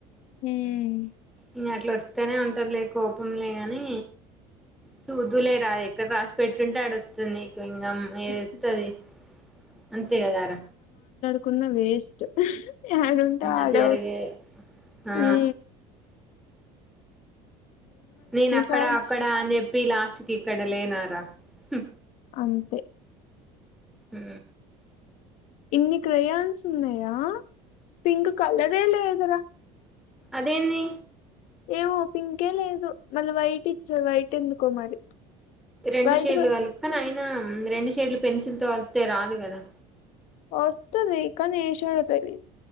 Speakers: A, on the left (about 60°); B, in the centre.
A: హ
B: ఇంకా అట్లా వస్తేనే ఉంటారులే కోపంలేగాని చూదులే రా ఎక్కడ రా పెట్టుంటే ఆడ వస్తుంది సిలింగం వది ఇస్తుది
A: ఏ
B: అంతే కదార
A: కున్న వేస్ట్ హు ఎడుంట ఆడ
B: అది జరిగే ఆ
A: హు
B: నేను అక్కడ
A: సాగు
B: అక్కడ అని చెప్ లాస్ట్ కి ఇక్కడ లేనారా హు
A: అంతే
B: హ
A: ఇన్ని క్రయాన్స్ ఉన్నాయా పింక్ కలర్ ఎ లే అదరా
B: అదేన్నీ
A: ఏమో పింకే లేదు. మళ్ళీ వైట్ ఇచ్చ వైట్ ఎందుకో మరి
B: రెండు
A: వైట్
B: షేర్లు
A: కూడా
B: కాలు కానీ ఆయన రెండు షేడ్లు పెన్సిల్ తో వలితే రాదు కదా
A: వస్తది కానీ ఎ షెడ్ తెలి